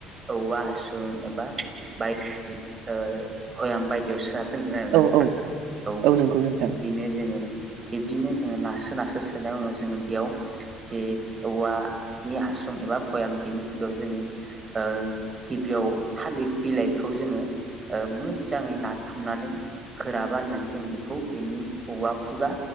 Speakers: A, on the right; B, on the right.
A: औवा हासुं एबा बाय ओ भ'याम बायदियावसोना दोंगोन आरो
B: औ
A: ना नोंथां
B: औ
A: औ
B: नंगौ नोंथां
A: बिदिनो जोङो बिब्दिनो जोङो नारासो नासो सोनाय उनाव जोङो बेयाव जे औवा नि हासुं एबा भयाम बेनि खुगायाव जोङो ओ गिबियाव थालिथ बिलाइखौ जोङो ओ मोजाङै नाथुमनानै गोरा बाननानै जों बेखौ बेनि औवा खुगा